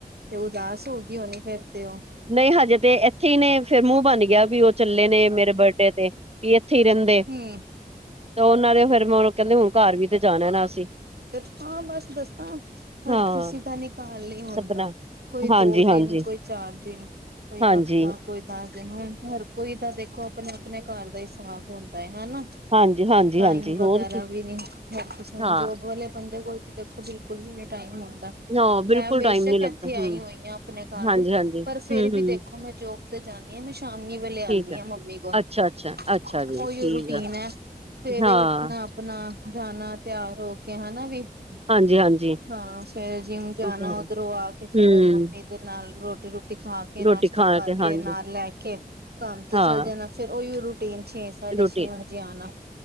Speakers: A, on the right; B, on the right.
A: ਤੇ ਉਦਾਸ ਹੋ ਗਈ ਹੋਣੀ ਫਿਰ ਤੇ ਉਹ।
B: ਨਹੀਂ ਹਜੇ ਤੇ ਏਥੇ ਹੀ ਨੇ ਫਿਰ ਮੂੰਹ ਬਣ ਗਿਆ ਵੀ ਉਹ ਚੱਲੇ ਨੇ ਮੇਰੇ ਬਰਡੇ 'ਤੇ। ਕੀ ਇੱਥੇ ਹੀ ਰਹਿੰਦੇ?
A: ਹੂ,,,
B: ਤਾਂ ਉਹਨਾਂ ਦੇ ਫਿਰ ਮਰ ਕਹਿੰਦੇ ਹੁਣ ਘਰ ਵੀ ਤੇ ਜਾਣਾ ਨਾ ਅਸੀਂ
A: ਫਿਰ ਹਾਂ ਬਸ ਦੱਸਾਂ ਹਰ
B: ਹਾਂ
A: ਕਿਸੇ ਦਾ ਨਿਕਾਲੇ ਹੁੰਦਾ
B: ਸਪਨਾ
A: ਕੋਈ
B: ਹਾਂਜੀ,
A: ਦੋ ਦਿਨ
B: ਹਾਂਜੀ,
A: ਕੋਈ ਚਾਰ ਦਿਨ ਕੋਈ
B: ਹਾਂਜੀ,
A: ਹਫ਼ਤਾ ਕੋਈ ਦੱਸ ਦਿਣ ਹੁਣ ਹਰ ਕੋਈ ਤਾਂ ਦੇਖੋ ਆਪਣੇ ਆਪਣੇ ਘਰ ਦਾ ਹਿਸਾਬ ਹੁੰਦਾ ਹੈ ਹਨਾ
B: ਹਾਂਜੀ, ਹਾਂਜੀ,
A: ਟਾਈਮ
B: ਹਾਂਜੀ
A: ਵਗੈਰਾ
B: ਹੋਰ ਕੀ।
A: ਵੀ ਨਹੀਂ ਹੈ ਹੁਣ
B: ਹਾਂ,
A: ਜੋਬ ਵਾਲੇ ਬੰਦੇ ਕੋਲ ਦੇਖੋ ਬਿਲਕੁਲ ਵੀ ਟਾਈਮ ਹੁੰਦਾ
B: ਹਾਂ ਬਿਲਕੁਲ
A: ਮੈਂ
B: ਟਾਈਮ
A: ਬੇਸਕ
B: ਨੀ ਲੱਗਦਾ
A: ਇੱਥੇ ਆਈ
B: ਹੂੰ,
A: ਹੋਈ ਹਾਂ ਆਪਣੇ ਘਰ
B: ਹਾਂਜੀ, ਹਾਂਜੀ,
A: ਪਰ
B: ਹੂੰ,
A: ਫਿਰ ਵੀ
B: ਹੂੰ
A: ਦੇਖੋ ਦੇਖੋ ਮੈਂ ਜੋਬ ਤੇ ਜਾਂਦੀ ਹਾਂ ਮੈਂ ਸ਼ਾਮੀ ਵੇਲੇ ਆਂਦੀ
B: ਠੀਕ ਆ।
A: ਹਾਂ ਮੰਮੀ ਕੋਲ
B: ਅੱਛਾ, ਅੱਛਾ, ਅੱਛਾ
A: ਉਧਰ
B: ਜੀ
A: ਕੋਈ
B: ਠੀਕ
A: ਰੂਟੀਨ
B: ਆ
A: ਹੈ ਸਵੇਰੇ
B: ਹਾਂ,
A: ਉੱਠਣਾ ਆਪਣਾ ਜਾਣਾ ਤਿਆਰ ਹੋ ਕੇ ਹਨਾ ਵੀ
B: ਹਾਂਜੀ, ਹਾਂਜੀ
A: ਹਾਂ ਫਿਰ ਜਿਮ ਜਾਣਾ
B: ਉਹ ਤੇ ਹੈ।
A: ਉੱਧਰੋਂ ਆ ਕੇ ਫਿਰ
B: ਹੂੰ,
A: ਮੰਮੀ ਨਾਲ ਰੋਟੀ ਰੂਟੀ ਖਾ ਕੇ ਨਾਸ਼ਤਾ
B: ਰੋਟੀ ਖਾ
A: ਕਰਕੇ
B: ਕੇ ਹਾਂਜੀ,
A: ਨਾਲ ਲੈ ਕੇ ਕੰਮ ਤੇ
B: ਹਾਂ
A: ਚਲ ਜਾਣਾ ਫਿਰ ਉਹੀ ਰੂਟੀਨ ਛੇ ਸਾਢੇ
B: ਰੋਟੀ
A: ਛੇ ਵਜੇ ਆਉਣਾ